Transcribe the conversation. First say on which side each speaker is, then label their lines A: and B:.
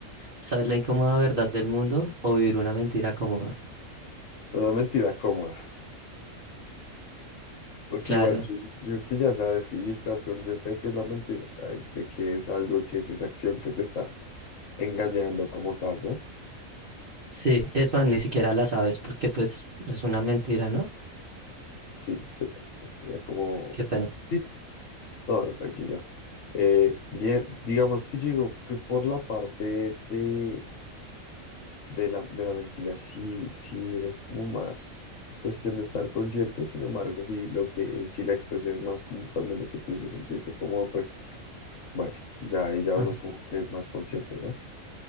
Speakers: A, on the right; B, on the left.
A: Saber la incómoda verdad del mundo o vivir una mentira cómoda.
B: Una mentira cómoda. Porque
A: Claro.
B: igual yo, yo que ya sabes que y estás consciente de que es la mentira, o sea, de que es algo, que es esa acción que te está engañando como tal, ¿no?
A: Sí, es más, ni siquiera la sabes porque pues es una mentira, ¿no?
B: Sí, se- sería como...
A: Qué pena.
B: Sí, no, tranquilo. Eh, bien, digamos que yo digo que por la parte de... de la, de la mentira sí, sí es como más cuestión de estar consciente, sin embargo, si lo que, si la expresión es más como también lo que tú dices, sentirse como, pues, bueno, ya ahí ya
A: Ah,
B: uno como que es más consciente, ¿no?